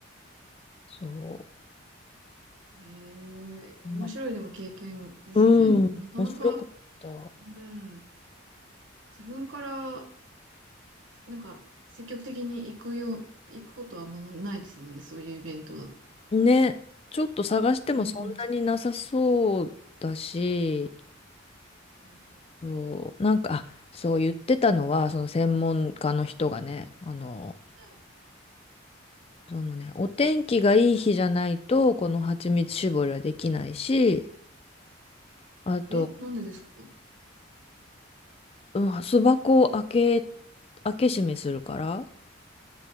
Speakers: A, on the left; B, on the right.
A: そ
B: えー面白いでも経験ですね。
A: う。なんかうん、
B: なかなか、
A: 面白かった。
B: うん、自分から、なんか、積極的に行くよう、行くことはあんまないですもんね、そういうイベントだと。
A: ね、ちょっと探してもそんなになさそうだし、
B: うん、うん、うん。
A: そう、なんか、あそう言ってたのは、その専門家の人がね、あの、
B: はい。
A: そのね、お天気がいい日じゃないと、この蜂蜜絞りはできないし、あと、
B: え、なんでですか
A: うん、巣箱を開け、開け閉めするから、